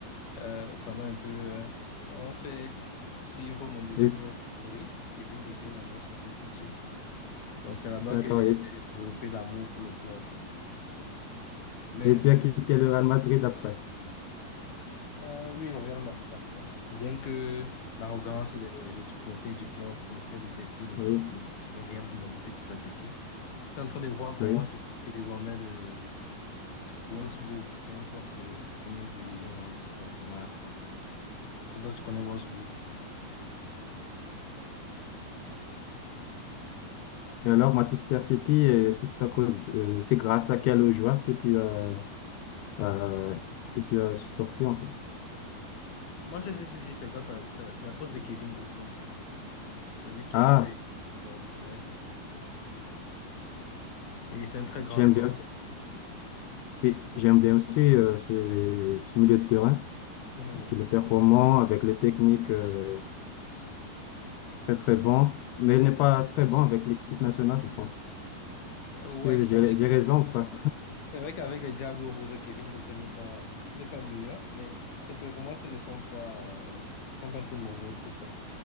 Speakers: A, on the left (about 70°); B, on the left (about 80°).
A: Euh, ça m'a un peu, euh, ça m'a fait suivre mon deuxième
B: et,
A: joueur favori, Kevin De Bruyne à Manchester City. Donc c'est là-bas
B: d'accord.
A: que j'ai
B: Et,
A: développé l'amour pour le club. Mais,
B: et tu
A: mais
B: as quitté le Real Madrid après.
A: Euh, oui, le Real m'a match tout après. Bien que l'arrogance des, des supporters du club me fait détester le,
B: Oui,
A: le, le Real de Madrid petit à petit. Je suis en train de voir comment
B: oui.
A: supporter désormais le Wolfsburg. C'est un club de première division en championnat allemand. Je sais pas si tu connais Wolfsburg.
B: Et alors, Manchester City, euh, c'est à cause de- euh, c'est grâce à quel joueur que tu as, euh, que tu as supporté en fait.
A: Moi, je sais si c'est grâce à, c'est c'est à cause de Kevin De Bruyne. C'est lui qui
B: Ah,
A: m'a fait le club, ouais. Et c'est un très grand
B: j'aime
A: joueur.
B: bien aussi. Oui, j'aime bien aussi euh, ce, ce milieu de terrain
A: Mhm.
B: parce qu'il est performant
A: Mhm.
B: avec les techniques euh, très très bon, mais il n'est pas très bon avec l'équipe nationale, je pense.
A: Euh,
B: Est-ce
A: Ouais,
B: que
A: c'est
B: j'ai j'ai raison ou pas?
A: C'est vrai qu'avec les Diables rouges Kevin De Bruyne n'est pas, n'est pas meilleur, mais ses performances ne sont pas, euh, sont pas si mauvaises que ça.